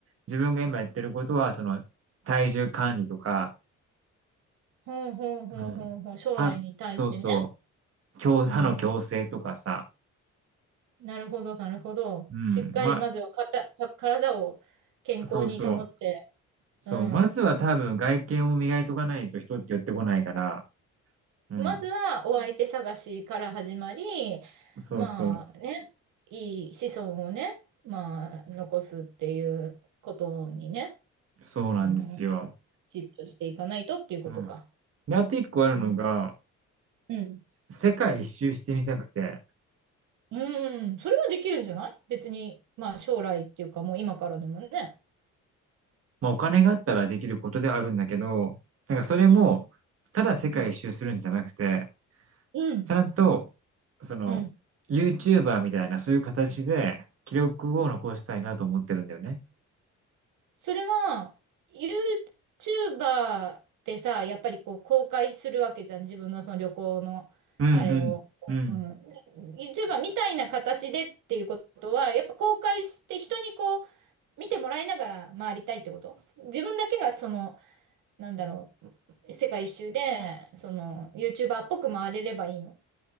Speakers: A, on the right; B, on the right.
A: 自分が今やってることは、その、体重管理とか、
B: ほんほんほんほんほん、
A: うん。
B: 将来に対してね。
A: 歯、そうそう。矯歯の矯正とかさ。
B: うん。なるほど、なるほど。
A: うん。
B: しっかり、
A: ま、
B: まずはかた、か体を健康に保って、
A: そうそう。そう。
B: うん。
A: まずは多分外見を磨いとかないと人って寄ってこないから。うん。
B: まずはお相手探しから始まり、
A: そうそう。
B: まあね、いい子孫をね、まあ残すっていうことにね、
A: そうなんですよ。
B: あの、きちっとしていかないとっていうことか。
A: うん。で、あと一個あるのが、
B: うん。うん。
A: 世界一周してみたくて。
B: うん。それはできるんじゃない別に、まあ将来っていうかもう今からでもね。
A: まあお金があったらできることではあるんだけど、なんかそれも、
B: うん。
A: ただ世界一周するんじゃなくて、
B: うん。うん。
A: ちゃんと、その、
B: うん。
A: YouTuber みたいなそういう形で記録を残したいなと思ってるんだよね。
B: それは、YouTuber ってさ、やっぱりこう公開するわけじゃん。自分のその旅行のあれを。
A: うんうん。うん。
B: うん。YouTuber みたいな形でっていうことは、やっぱ公開して人にこう見てもらいながら回りたいってこと自分だけがその、なんだろう、世界一周で、その YouTuber っぽく回れればいいの